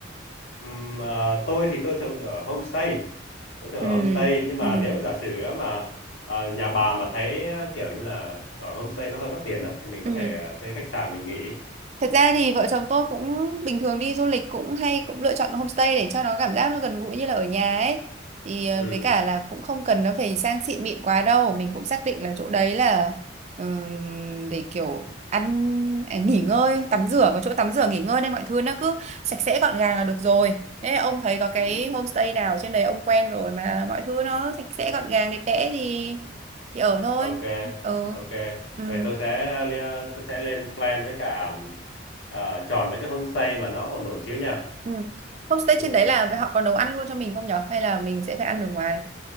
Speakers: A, on the left; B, on the right.
A: ừm, à, tôi thì tôi thường ở homestay tôi thường
B: Ừ,
A: ở homestay nhưng mà
B: ừ,
A: nếu mà giả sử á mà à, nhà bà mà thấy à, kiểu như là ở homestay nó hơi bất tiện á thì mình có
B: ừ.
A: thể à, thuê khách sạn mình nghỉ
B: Thật ra thì vợ
A: ừ.
B: chồng tôi cũng bình thường đi du lịch cũng hay cũng lựa chọn homestay để cho nó cảm giác nó gần gũi như là ở nhà ấy. Thì ờ,
A: Ừ.
B: với cả là cũng không cần nó phải sang xịn mịn quá đâu, mình cũng xác định là chỗ đấy là ừm, để kiểu ăn à, nghỉ ngơi, tắm rửa có chỗ tắm rửa nghỉ ngơi nên mọi thứ nó cứ sạch sẽ gọn gàng là được rồi. Thế ông thấy có cái
A: Ừ.
B: homestay nào trên đấy ông quen rồi mà mọi thứ nó sạch sẽ gọn gàng đẹp đẽ thì, thì ở thôi.
A: ok
B: Ừ.
A: ok
B: Ừ.
A: vậy tôi sẽ li- tôi sẽ lên plan với cả ờ, chọn mấy cái homestay mà nó ổn ổn xíu nha
B: Ừ. Homestay
A: ừ.
B: trên đấy là họ có nấu ăn luôn cho mình không nhở? Hay là mình sẽ phải ăn ở ngoài?